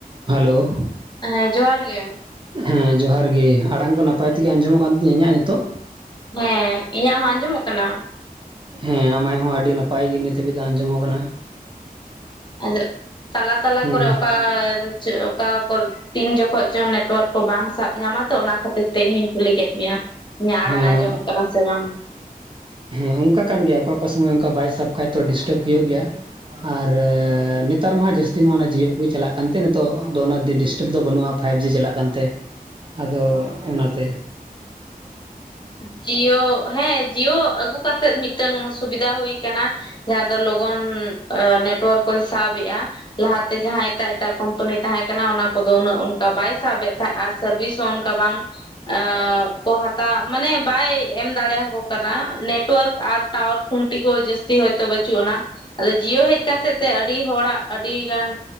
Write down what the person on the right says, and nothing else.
Hello!
ᱦᱮᱸ ᱡᱚᱦᱟᱨ ᱜᱮ, ᱟᱲᱟᱝ ᱠᱚ ᱱᱟᱯᱟᱭ ᱛᱮᱜᱮ ᱟᱸᱡᱚᱢᱚᱜ ᱠᱟᱱ ᱛᱤᱧᱟᱹ ᱤᱧᱟᱹᱜ ᱱᱤᱛᱚᱜ?
ᱦᱮᱸ ᱟᱢᱟᱭ ᱦᱚᱸ ᱟᱹᱰᱤ ᱱᱟᱯᱟᱭ ᱜᱮ ᱱᱤᱛ ᱦᱟᱹᱵᱤᱡ ᱫᱚ ᱟᱸᱡᱚᱢᱚᱜ ᱠᱟᱱᱟ᱾
ᱦᱮᱸ
ᱦᱮᱸ
ᱦᱮᱸ, ᱚᱝᱠᱟ ᱠᱟᱱ ᱜᱮᱭᱟ ᱚᱠᱟ ᱚᱠᱟ ᱥᱚᱢᱚᱭ ᱚᱝᱠᱟ ᱵᱟᱭ ᱥᱟᱵ ᱠᱷᱟᱡ ᱛᱚ ᱰᱤᱥᱴᱟᱵ ᱦᱩᱭᱩᱜ ᱜᱮᱭᱟ ᱟᱨᱻ ᱱᱤ ᱛᱟᱨ ᱢᱟ ᱦᱟᱜ ᱡᱟᱹᱥᱛᱤ ᱢᱟ ᱚᱱᱟ ᱡᱤᱭᱳ ᱠᱚᱜᱮ ᱪᱟᱞᱟᱜ ᱠᱟᱱᱛᱮ ᱱᱤᱛᱚᱜ ᱫᱚ ᱚᱱᱟ ᱫᱤ ᱰᱤᱥᱴᱟᱵᱽ ᱫᱚ ᱵᱟᱹᱱᱩᱜᱼᱟ ᱯᱷᱟᱭᱤᱵ ᱡᱤ ᱪᱟᱞᱟᱜ ᱠᱟᱱᱛᱮ ᱟᱫᱚ ᱚᱱᱟᱛᱮ ᱾